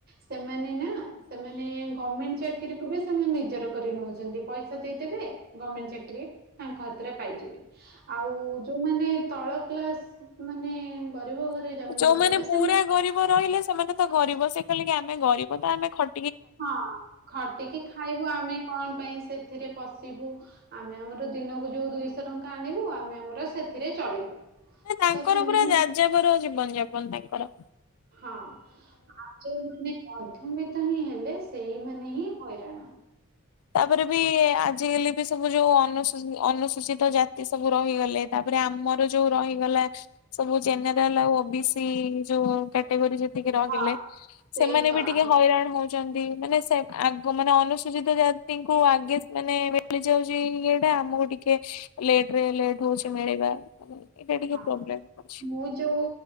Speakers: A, on the right; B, on the left.
A: ସେମାନେ ନା ସେମାନେ ଗଭମେଣ୍ଟ ଚାକିରୀକୁୁ ବି ସେମାନେ ନିଜର କରି ନଉଛନ୍ତି। ପଇସା ଦେଇଦେବେ ଗଭମେଣ୍ଟ ଚାକିରି ତାଙ୍କ ହାତରେ ପାଇଯିବେ ଆଉ ଯୋଉମାନେ ତଳ କ୍ଲାସ ମାନେ ଗରିବ ଘରେ ଜନ୍ମ
B: ଯୋଉମାନେ
A: ହଉଛନ୍ତି
B: ପୁରା
A: ସେମାନେ
B: ଗରିବ ରହିଲେ ସେମାନେ ତ ଗରିବ ସେ କହିଲେ କି ଆମେ ଗରିବ ତ ଆମେ ଖ
A: ହଁ ଖଟିକି ଖାଇବୁ ଆମେ କଣ ପାଇଁ ସେଥିରେ ପଶିବୁ। ଆମେ ଆମର ଦିନକୁ ଯୋଉ ଦୁଇଶହ ଟଙ୍କା ଆଣିବୁ ଆମେ ଆମର ସେଥିରେ ଚଳିବୁ।
B: ନା ତାଙ୍କର
A: ତ ସେମାନେ
B: ପୁରା ଯାଯାବର ଜୀବନଯାପନ ତାଙ୍କର।
A: ହଁ। ଆଉ ଯୋଉ ମାନେ ମଧ୍ୟମିତ ହିଁ ହେଲେ ସେଇମାନେ ହିଁ ହଇରାଣ।
B: ତାପରେ ବି ଆଜିକାଲି ବି ସବୁ ଯୋଉ ଅନୁସୁ ଅନୁସୂଚିତ ଜାତି ସବୁ ରହିଗଲେ। ତାପରେ ଆମର ଯୋଉ ରହିଗଲା ସବୁ ଜେନେରାଲ ଆଉ ଓ ବି ସି ଯୋଉ କ୍ୟାଟାଗୋରୀ ଯେ ତିକି ରହିଲେ
A: ହଁ ସେଇ
B: ସେମାନେ
A: ତ
B: ବି ଟିକେ
A: ଆମେ
B: ହଇରାଣ ହଉ ଚନ୍ତି। ମାନେ ସେ ଆଗ ମାନେ ଅନୁସୂଚିତ ଜା ତିଙ୍କୁ ଆଗେ ମାନେ ମିଳିଯାଉଚି ଇଏଟା। ଆମକୁ ଟିକେ ଲେଟ୍ ରେ ଲେଟ୍ ହଉଚି ମିଳିବା। ଏଇଟା ଟିକେ
A: ହଁ
B: ପ୍ରୋବ୍ଲେମ୍ ହଉଚି।
A: ମୁଁ ଯୋଉ